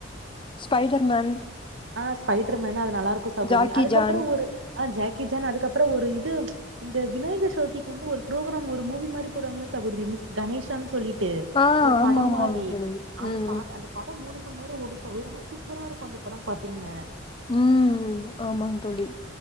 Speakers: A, on the left; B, on the right.
A: ஸ்பைடர் மேன்
B: ஆ ஸ்பைட்ரு மேனு அது நல்லா இருக்கு சகோதரி
A: ஜாக்கி
B: அதுக்கப்பறொ
A: ஜான்
B: ஒரு ஆ ஜாக்கி ஜான் அதுக்கப்றொ ஒரு இது இந்த விநாயக சதுர்த்திக்கு வந்து ஒரு ப்ரோக்ராம் ஒரு மூவி மாரி போடுவாங்கல சகோதரி மிஸ் கணேஷான் சொல்லி ட்டு
A: ஆ
B: ஒரு
A: ஆமா
B: படம்
A: ஆமாங்க
B: மாரி
A: தோழி
B: அது
A: ம்
B: பாத் அந்த படம் மூணு மண் நேரொ ஓடு தோழி ஆனா சூப்பரா இருக்கு அந்த படம் பாத்தீங்ன
A: ம் ஆமாங் தோழி